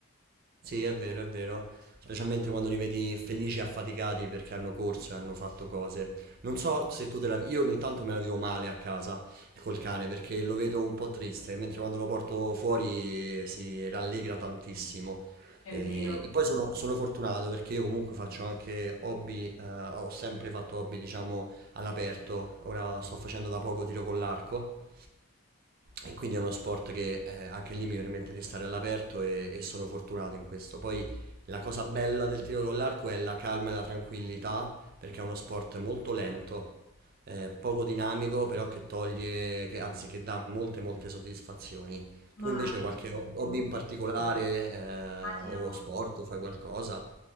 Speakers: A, on the right; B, on the left.
A: Sì, è vero, è vero. Specialmente quando li vedi felici e affaticati perché hanno corso e hanno fatto cose. Non so se tu te la... Io ogni tanto me la vivo male a casa col cane perché lo vedo un po' triste, mentre quando lo porto fuori eh, si rallegra tantissimo.
B: È
A: E,
B: vero,
A: e poi sono, sono fortunato perché io comunque faccio anche hobby, eh, ho sempre fatto hobby, diciamo, all'aperto. Ora sto facendo da poco tiro con l'arco e quindi è uno sport che eh, anche lì mi permette di stare all'aperto e, e sono fortunato in questo. Poi la cosa bella del tiro con l'arco è la calma e la tranquillità, perché è uno sport molto lento, eh, poco dinamico, però che toglie, che, anzi che dà molte molte soddisfazioni. Tu
B: ma
A: invece
B: bellissimo.
A: qualche hob- hobby in particolare eh,
B: Immagino
A: o sport, fai qualcosa?